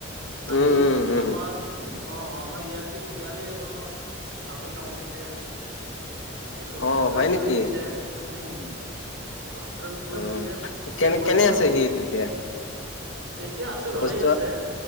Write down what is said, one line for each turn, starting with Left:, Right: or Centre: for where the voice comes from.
Right: কালি
Left: উম উম উম
Right: আমাৰ অ', আমাৰ ইয়াতে, ইয়াৰে এজনক চাপে কামূৰিছে। সেইটো হস্পিতেলত
Left: অ হয় নেকি
Right: লৈ গৈছে, উম। হস্পিতাল লৈ
Left: অ
Right: গৈছে। পিছে
Left: কেনে
Right: গৈছিলো।
Left: কেনে আছে সি তেতিয়া
Right: এতিয়া আছে ভালেই
Left: সুস্থ
Right: আছে।